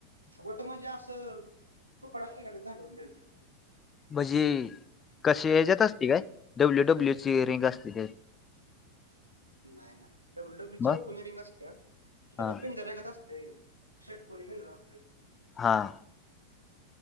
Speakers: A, on the right; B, on the left.
A: वट म्हणजे असं तुकडा पडल्या गत झालं होतं त्याचं.
B: म्हणजी, कशी ह्याच्यात असती काय? डब्ल्यू डब्ल्यू ची रिंग असते त्यात.
A: नाय नाय. डब्ल्यू डब्ल्यूची
B: मग
A: चौकोनी रिंग असत्याया. ह्याचा
B: हा
A: पिंजर्यागत असतय. षटकोनी पिंजरा असतोय.
B: हां.